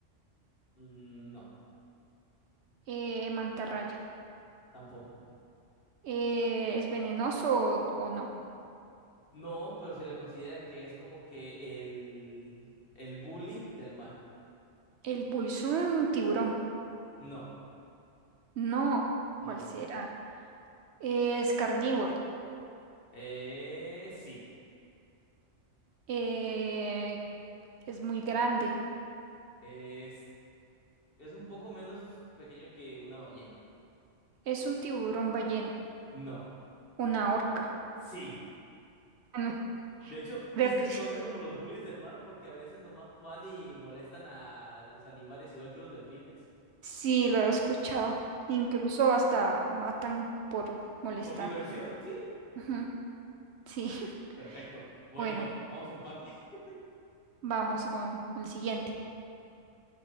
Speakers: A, on the left; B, on the right.
A: Mm, No,
B: eh, mantarraya.
A: tampoco.
B: Eh, ¿es venenoso o, o no?
A: No, pero se le considera que es como que el, el bully del mar.
B: El bull es un tiburón.
A: No,
B: No,
A: no.
B: ¿cuál será? Es carnívoro.
A: Eh, sí.
B: Eh, es muy grande.
A: Es, es un poco menos pequeño que una ballena.
B: Es un tiburón ballena,
A: No,
B: una orca.
A: sí.
B: Bueno,
A: De hecho,
B: creo
A: sí se desconoce
B: que sí.
A: como los bullies del mar porque a veces nomás van y molestan a los animales igual que los delfines.
B: Sí, lo he escuchado. Incluso hasta matan por molestar.
A: Por diversión, sí.
B: Ujú, Sí, <laughs>
A: Perfecto. Voy
B: bueno,
A: yo. Vamos empate. <laughs>
B: vamos con el siguiente.